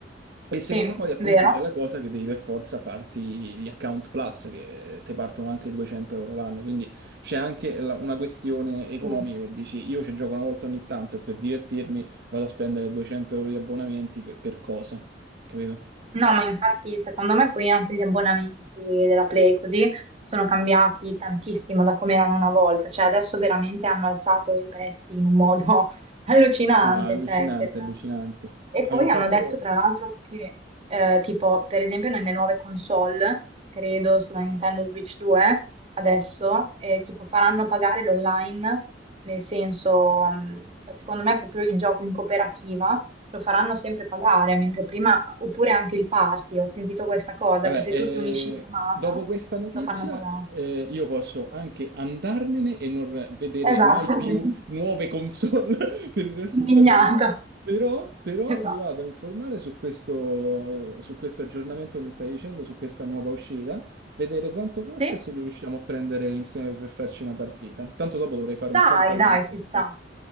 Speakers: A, on the right; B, on the right.
A: E secondo
B: Sì,
A: poi appunto
B: vero?
A: c'è la cosa che devi per forza farti gli account plus che ti partono anche 200 euro l'anno, quindi c'è anche la- una questione economica
B: Sì.
A: che dici io ci gioco una volta ogni tanto e per divertirmi vado a spendere 200 euro di abbonamenti per, per cosa? Capito?
B: No, ma infatti secondo me poi anche gli abbonamenti della Play così sono cambiati tantissimo da come erano una volta, cioè adesso veramente hanno alzato i prezzi in un modo <laughs> allucinante,
A: No, allucinante,
B: cioè, per-
A: allucinante.
B: E
A: Avevano
B: poi
A: fatto,
B: hanno detto tra l'altro che eh, tipo per esempio nelle nuove console, credo sulla Nintendo Switch 2, adesso, eh, tipo faranno pagare l'online, nel senso, mh, secondo me proprio il gioco in cooperativa lo faranno sempre pagare, mentre prima, oppure anche il party, ho sentito questa cosa,
A: Vabbè,
B: che se
A: eh,
B: tu ti unisci in chiamata
A: dopo questa notizia,
B: lo fanno pagare.
A: eh, io posso anche andarmene e non vedere
B: Esatto,
A: mai più
B: <laughs>
A: nuove console <laughs> per il resto
B: indignata.
A: della mia vita. Però, però
B: Esatto.
A: mi vado a informare su questo, su questo aggiornamento che mi stai dicendo, su questa nuova uscita, vedere quanto costa
B: Sì?
A: e se lo riusciamo a prendere insieme per farci una partita. Tanto dopo dovrei fare
B: Dai,
A: un salto al
B: dai,
A: GameStop.
B: ci sta.